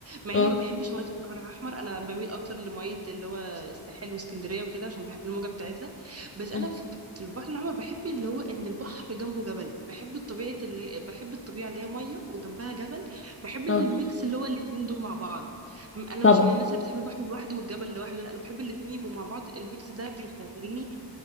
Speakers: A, on the right; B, on the left.
A: مع
B: اه
A: اني ما بحبش ميه البحر الاحمر انا بميل اكتر لميه اللي هو الساحل واسكندريه وكده عشان بحب الموجه بتاعتها بس انا
B: أم،
A: في في البحر الاحمر بحب اللي هو ان البحر جنبه جبل بحب الطبيعه اللي بحب الطبيعه اللي هي ميه وجنبها جبل بحب
B: اه
A: الميكس اللي هو الاتنين دول مع بعض م- انا
B: طبعا
A: مش من الناس اللي بتحب البحر لوحده والجبل لوحده لا انا بحب الاتنين يبقوا مع بعض الميكس ده بيخليني